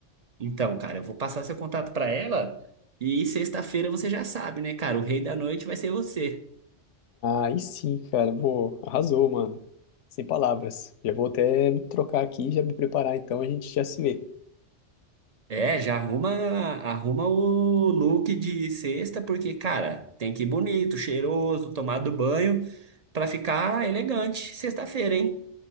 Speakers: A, on the right; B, on the left.
A: Então, cara, eu vou passar seu contato para ela e sexta-feira você já sabe, né, cara? O rei da noite vai ser você.
B: Aí sim, cara, pô, arrasou, mano. Sem palavras. Já vou até me trocar aqui e já me preparar, então a gente já se vê.
A: É, já arruma, arruma o look de sexta, porque, cara, tem que ir bonito, cheiroso, tomado banho, pra ficar elegante sexta-feira, hein?